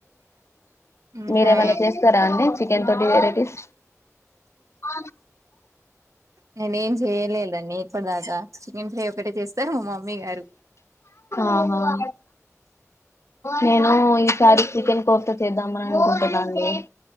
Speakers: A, on the right; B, on the left.
A: ఇంకా
B: మీర ఏమన్న చేస్తారా అండి చెన్ తోటి వెరైటీస్ అ
A: నేనేం చేయలేదండీ ఇప్పటి దాకా చికెన్ ఫ్రై ఒకటే చేస్తా సరే మా మమ్మీ గారు
B: ఆహా నేను ఈసారి చికెన్ కోఫ్తా చేద్దామని అనుకుంటున్నాండి